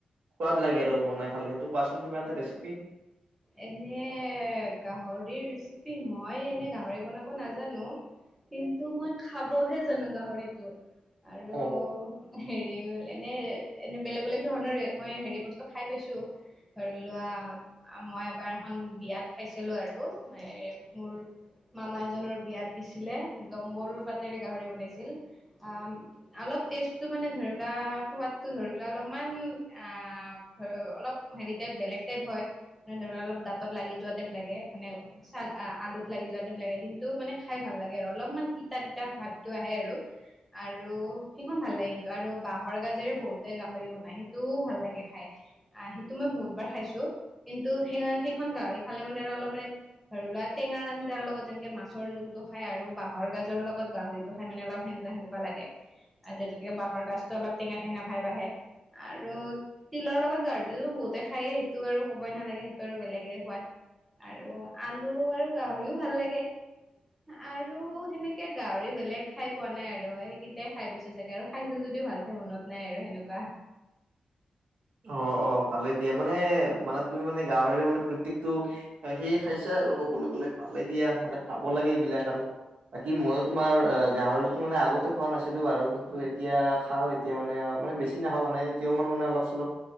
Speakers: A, on the right; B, in the centre.
A: সোৱাদ লাগে আৰু বনাই খালে সেইটো কোৱাচোন কিবা এটা ৰেচিপি?
B: এনে গাহৰিৰ ৰেচিপি, মই এনে গাহৰি বনাব নাজানো। কিন্তু মই খাবহে জানো গাহৰিটো। আৰু
A: অ
B: হেৰি এনে এনে বেলেগ বেলেগ ধৰণৰ মই হেৰি বছ তো খাই পাইছোঁ, ধৰি লোৱা মই এবাৰ এখন বিয়াত খাইছিলো আৰু মানে মোৰ মামা এজনৰ বিয়াত দিছিলে, দম্বৰুৰ পাতেৰে গাহৰি বনাইছিল আ অলপ টেষ্টটো মানে ধৰি লোৱা সোৱাদটো ধৰি লোৱা অলপমান আ ধৰ অলপ হেৰি টাইপ, বেলেগ টাইপ হয় মানে ধৰ অলপ দাঁতত লাগি যোৱা টাইপ লাগে মানে চাল আলুত লাগি যোৱা টাইপ লাগে কিন্তু মানে খাই ভাল লাগে আৰু অলপমান তিতা তিতা ভাৱটো আহে আৰু। আৰু সেইখন ভাল লাগে কিন্তু, আৰু বাঁহৰ গাজেৰে বহুতে গাহৰি বনাই সেইটোও ভাল লাগে খাই। আ, সেইটো মই বহুত বাৰ খাইছোঁ কিন্তু সেই সেইখন গাহৰি খালে মানে আৰু অলপ মানে ধৰি লোৱা টেঙাৰ আঞ্জাৰ লগত যেনেকে মাছৰ জোলটো খাই আৰু বাঁহৰ গাজৰ লগত গাহৰিটো খাই মানে অলপ সেনেুৱা সেনেকুৱা লাগে আৰু যেতুকে বাঁহৰ গছটো অলপ টেঙা টেঙা ভাইব আহে। আৰু তিলৰ লগত গাহৰিটো বহুতে খায়েই, সেইটো আৰু ক'বই নালাগে সেইটো আৰু বেলেগে সোৱাদ, আৰু আলু আৰু গাহৰিও ভাল লাগে। আৰু সেনেকে গাহৰি বেলেগ খাই পোৱা নাই আৰু সেইকেইটাই খাই পাইছোঁ চাগে, আৰু খাইছোঁ যদিও ভাল মনত নাই আৰু সেনেকুৱা
A: অ অ ভালে দিয়ে মানে মানে তুমি মানে গাহৰিৰে মানে প্ৰত্যেকটো সেয়ে খাইছে আৰু কবলৈ গ'লে ভালে দিয়া মানে খাব লাগে এইবিলাক আৰু ব কিি মইো তোমাৰ অ গাহৰিতো মানে আগতে খোৱা নাছিলো বাৰু কিন্তু এতিয়া খাও এতিয়া মানে মানেছি নাওঁ মান এতিয়াও মানে অলপ চলপ